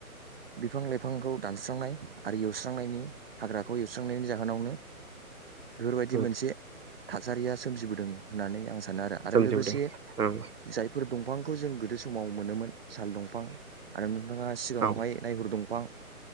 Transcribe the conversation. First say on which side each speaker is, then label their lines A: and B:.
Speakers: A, on the right (about 40°); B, on the right (about 85°).
A: लाइफां लाइफांखौ दानस्रांनाय आरो एवस्रांनायनि हाग्राखौ एवस्रांनायनि जाहोन दखानावनो बेफोरबायदि
B: उम
A: मोनसे थासारिया सोमजिबोदों होननानै आं सानो आरो आरो
B: सोमजिबोदों
A: लोगोसे
B: औ
A: जायफोर दं दंफांखौ जों गोदो समाव मोनोमोन साल दंफां आरो नोंथाङा सिगाङावहाय
B: औ
A: नायहुर दंफां